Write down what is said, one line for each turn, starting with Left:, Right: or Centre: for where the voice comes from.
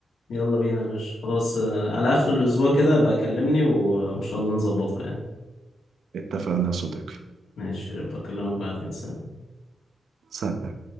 Left: يلا بينا يا باشا خلاص آه، على آخر الأسبوع كده بقى كلمني و- وإن شاء الله نظبطها يعني
Right: اتفقنا يا صديقي
Left: ماشي بكلمك بعدين سلام
Right: سلام